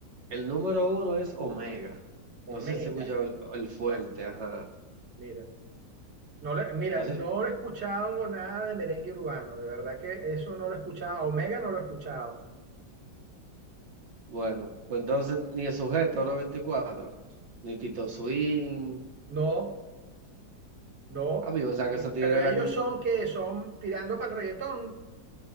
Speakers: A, on the right; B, on the right.
A: El número uno es Omega.
B: Omega,
A: No sé si escucha el, el fuerte, ajá.
B: mira. No le, mira,
A: No
B: no
A: sé,
B: lo he escuchado nada de merengue urbano, de verdad que eso no lo he escuchado, a Omega no lo he escuchado.
A: bueno, pues entonces ni el sujeto era 24, ni Tito Swing.
B: No, no,
A: Ah, bien, o sea
B: pero,
A: que esos tigres
B: pero
A: eran
B: ellos son que son tirando para el reggaetón,